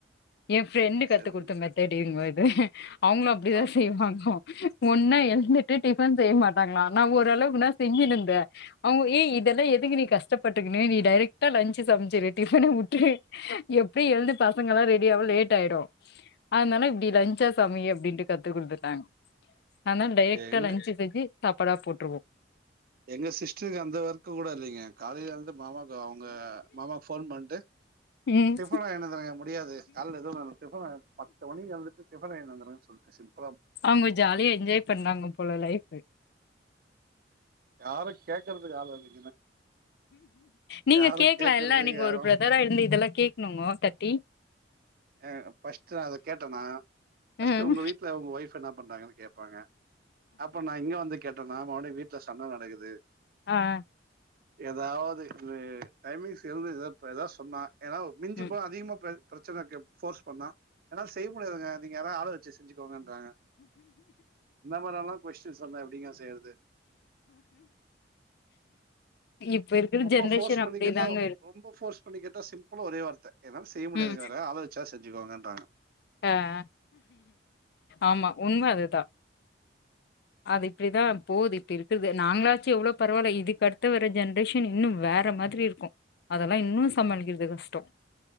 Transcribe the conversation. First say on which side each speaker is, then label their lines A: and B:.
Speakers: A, on the left; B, on the right.
A: என் ஃப்ரெண்டு கத்து
B: சரி
A: குத்த மெத்தடு இதுமா அவுங்ளு அப்டிதா
B: ஆ
A: செய்வாங்க ஒன்னா எழுந்துட்டு டிஃபன் செய்ய மாட்டாங்ளா நா ஓரளவுக்னா செஞ்சினுருந்தே அவுங்க ஏ இதெல்லா எதுக்கு நீ கஷ்டப்பட்டுக்னு நீ டேரெக்டா லஞ்ச்சு சமைச்சிரு டிஃபன உட்ரு எப்ப எழுந்து பசங்கல்லா ரெடி <unintelligible> லேட் ஆயிடும் அதுனால இப்டி லஞ்ச்சா சமை அப்படின்ட்டு கத்து குத்துட்டாங்க அனால் டேரெக்ட்டா
B: எங்க
A: லஞ்ச் செஞ்சி தப்பறா போட்
B: எங்க சிஸ்டருக்கு அந்த ஒர்க்கு கூட இல்லைங்க காலைல வ மாமாக்கு அவங்க மாமா போன் பண்ட்டு
A: ம்
B: டிபன் வாங்கிட்டு வந்துருங்க முடியாது கால்ல எதோ டிபன் வா பத்து மணி வந்துட்டு டி <unintelligible> சொல்ட்டு ச
A: அவங்க ஜாலியா என்ஜாய் பண்றாங்க போல லைஃப்
B: யாரும் கேக்குறது ஆளு இல்லங்
A: நீங்க
B: யாரும்
A: கேக்கலாம்
B: கேட்கறது
A: இல்ல நீங்க
B: யாரும்
A: ஒரு பிரதரா இருந்து இதெல்லாம் கேக்கணுங்கோ தட்டி
B: ஆஹ் பஸ்ட்டு அத கேட்டனா பஸ்ட்டு
A: ம்
B: உங்க வீட்டுல உங்க ஒய்ஃப் என்ன பண்றாங்கன்னு கேப்பாங்க அப்ப நான் இங்க வந்து கேட்டனா மறுபடி வீட்ல சண்ட நடக்குது
A: ஆஹ்
B: எதாவது இது டைமிங்ஸ் இருந்து எதா எதா சொன்னா ஏனா மிஞ்சி
A: ம்
B: போனா அதிக பே பிரச்சனக்கேப் போர்ஸ் பண்ணா என்னால செய்ய முடியாதுங்க நீங்க வேனா ஆள வச்சு செஞ்சு கோங்க இன்றாங்க இந்த மாரிலாம் கொஸ்டின் சொன்னா எப்டிங்க செய்யறது
A: இப்ப இருக்கிற
B: ரொம்ப
A: ஜென்ரேஷன்
B: போர்ஸ் பண்ணி
A: அப்படிதாங்க
B: கேட்டா ரொம்ப போர்ஸ் பண்ணி கேட்டா சிம்பிளா ஒரே வார்த்த என்னால செய்ய முடியாதுங்க
A: உம்
B: வேற ஆள வச்சா செஞ்சுக்கோங்கன்றாங்க
A: ஆஹ் ஆமா உண்ம அதுதான் அது இப்டிதான் போது இப்படி இருக்கிறது நாங்களாச்சும் எவ்ளோ பரவாயில்ல இதுக்கு அடுத்து வர ஜென்ரேஷன் இன்னும் வேற மாதிரி இருக்கும் அதெல்லாம் இன்னும் சமாளிக்கிறது கஷ்டம்